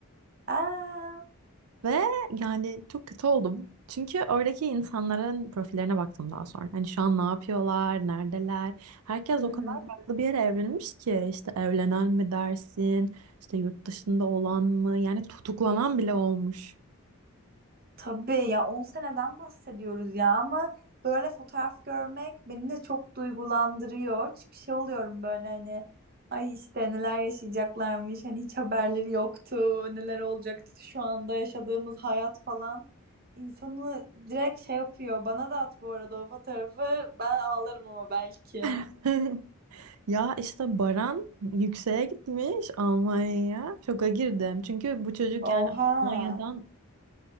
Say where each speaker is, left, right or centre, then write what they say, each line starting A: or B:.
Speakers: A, on the right; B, on the right.
A: Aa,
B: Ve yani çok kötü oldum. Çünkü oradaki insanların profillerine baktım daha sonra. Hani şu an ne yapıyorlar, neredeler? Herkes
A: Hı
B: o
A: hı.
B: kadar farklı bir yere evlenmiş ki. işte evlenen mi dersin, İşte yurt dışında olan mı? Yani tutuklanan bile olmuş.
A: tabii ya on seneden bahsediyoruz ya ama böyle fotoğraf görmek beni de çok duygulandırıyor. Çünkü şey oluyorum böyle hani ay işte neler yaşayacaklarmış hani hiç haberleri yoktu neler olacaktı şu anda yaşadığımız hayat falan. İnsanı direkt şey yapıyor bana da at bu arada o fotoğrafı ben ağlarım ama belki.
B: <laughs> Ya işte Baran yükseğe gitmiş Almanya'ya. Şoka girdim. Çünkü bu çocuk yani
A: Oha.
B: Almanya'dan